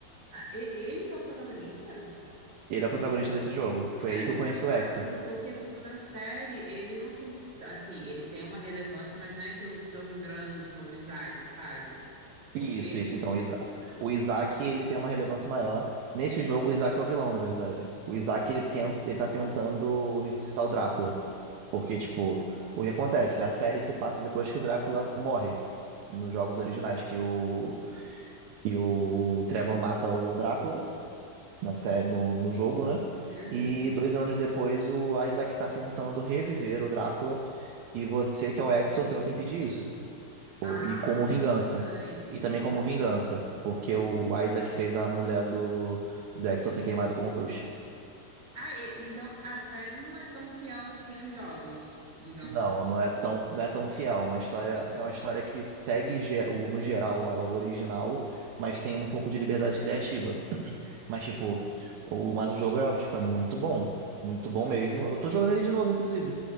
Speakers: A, on the right; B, on the right.
A: e- ele que é o protagonista?
B: Ele é o protagonista desse jogo. Foi
A: É
B: aí
A: engraçado,
B: que eu conheci o Hector.
A: porque, tipo, na série ele não tem, assim, ele tem uma relevância, mas não é aquilo tão grande quanto o Isaac, sabe? Porque.
B: Isso, isso. Então, o Isa- o Isaac, ele tem uma relevância maior. Nesse jogo, o Isaac é o vilão, na verdade. O Isaac, ele, tenta, ele tá tentando ressuscitar o Drácula. Porque, tipo, o que acontece? A série se passa depois que o Drácula morre nos jogos originais, que o, E o Trevor mata o Drácula na série, no, no jogo, né?
A: Uhum.
B: E dois anos depois o Isaac tá tentando reviver o Drácula e você, que é o Hector, tenta impedir isso.
A: Ah,
B: O- E como vingança.
A: entendi.
B: E também como vingança, porque o Isaac fez a mulher do, do Hector ser queimada como bruxa.
A: Ah, e- então a série não é tão fiel assim aos jogos, digamos
B: Não,
A: assim.
B: não é tão, não é tão fiel. Uma história, é uma história que segue ge- o- no geral ao original, mas tem um pouco de liberdade criativa. Mas, tipo, o, mas o jogo é, tipo, é muito bom. Muito bom mesmo. Eu tô jogando ele de novo, inclusive.